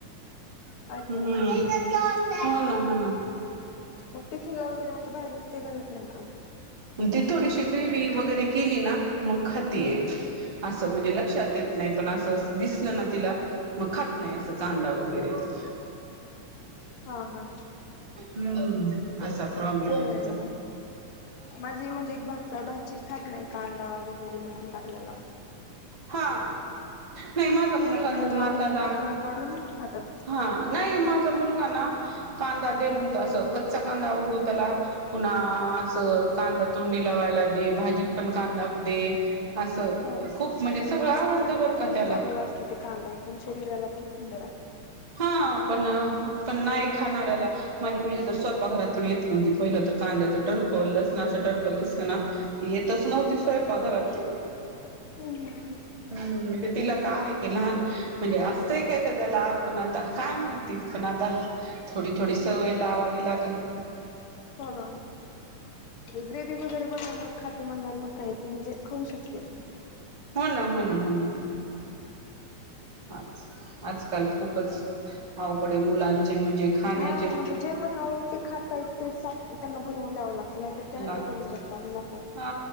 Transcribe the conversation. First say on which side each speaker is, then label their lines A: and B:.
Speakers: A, on the left (about 75°); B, on the right (about 20°).
A: अच्छा
B: हम्म.
A: अच्छा
B: हो ना हो ना.
A: मग टिफिनला वगैरे म्हणजे भाजीत ते घालत नाही का.
B: ते थोडीशी ग्रेवी वगैरे केली ना मग खातीये. असं
A: हा
B: म्हणजे
A: हा
B: लक्षात येत नाही पण असं दिसलं ना तिला. मग खात नाही असं कांदा वगैरे ती.
A: हा हा,
B: हम्म असा प्रॉब्लेम
A: चांगलं
B: आहे तिचा.
A: ना मग माझी <unintelligible> खात नाही कांदा वगैरे मध्ये टाकल्याला.
B: हा नाही माझा मुलगा
A: तिला पण म्हणजे
B: तर
A: आवडत
B: ना त्याला
A: नाही बाजूला काढून खातात.
B: हा नाही माझा मुलगा ना कांदा दे म्हणत असं कच्चा कांदा आवडतो त्याला पुन्हा असं कांदा तोंडी लावायला दे भाजीत पण कांदा दे असं
A: हा
B: खूप म्हणजे
A: आणि
B: सगळं
A: ती केसांसाठी
B: आवडतं बरं
A: पण
B: का
A: खूप
B: त्याला
A: चांगला असतो ते कांदा एकदम शरीराला पण थंड राहतो
B: हा पण पण नाही खाणाऱ्याला माझी मुलगी तर स्वयपाघरात पण येत नव्हती पहिलं तर कांद्याचं टर्पल लसणाचं टर्पल दिसतना येतच
A: हा
B: नव्हती
A: हा हम्म
B: स्वयंपा घरात
A: हम्म हम्म
B: हम्म म्हणजे तिला काय आहे क लहान म्हणजे असतय काय क त्या्याला पण आता काय माहिती पण आता थोडी थोडी सवय लावावी लागेल
A: हो ना ग्रेव वगैरे बनवल्यावर खाते म्हणल्यार मग का य ते म्हणजे खाऊ शकते
B: हो ना हो ना हो ना हो ना आ आजकाल खूपच आवघडय मुलांचे म्हणजे खाण्या
A: हा म्हणजे ते खातय ते त्यांना बनवून द्याव लागत नाही ते हट्ट
B: लागत
A: करून बसतात लो
B: हा